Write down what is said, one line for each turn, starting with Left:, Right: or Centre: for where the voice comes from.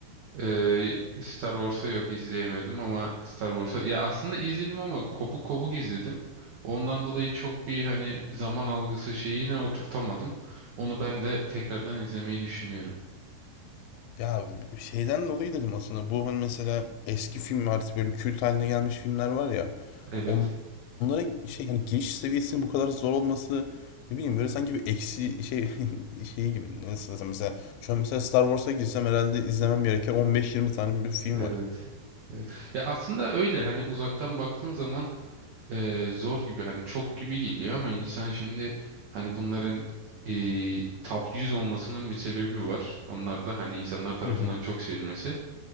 Right: Eee, Star Wars'a yok izleyemedim ama Star Wars'a ya aslında izledim ama kopuk kopuk izledim. Ondan dolayı çok bir hani zaman algısı şeyine oturtamadım. Onu ben de tekrardan izlemeyi düşünüyorum.
Left: Ya, şeyden dolayı dedim aslında bu, hani, mesela eski film artık böyle kült haline gelmiş filmler var ya,
Right: Evet.
Left: on- onlara şey, hani, giriş seviyesinin bu kadar zor olması, ne bileyim, böyle sanki bir eksi şey <laughs> şeyi gibi, nasıl desem, mesela şu an mesela Star Wars'a girsem herhâlde izlemem gereken 15-20 tane bir film
Right: Evet.
Left: var.
Right: Evet. Ya aslında öyle hani uzaktan baktığın zaman e, zor gibi hani çok gibi geliyor ama insan şimdi hani bunların e, top 100 olmasının bir sebebi var. Onlar da hani insanlar tarafından
Left: Hı hı.
Right: çok sevilmesi.